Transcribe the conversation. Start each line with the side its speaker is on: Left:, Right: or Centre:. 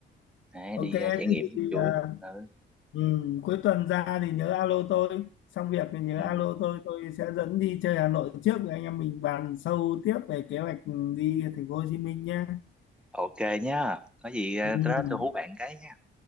Centre: à,
Left: ok
Centre: đi
Left: thế
Centre: ờ, trải nghiệm
Left: thì
Centre: chủ
Left: à,
Centre: yếu ừ.
Left: ừ, cuối tuần ra thì nhớ alo tôi xong việc thì nhớ
Centre: Ừ.
Left: alo tôi tôi sẽ dẫn đi chơi Hà Nội trước rồi anh em mình bàn sâu tiếp về kế hoạch đi thành phố Hồ Chí Minh nhé
Centre: ok nhá có gì ờ,
Left: ừ,
Centre: đó tôi hú bạn cái nhá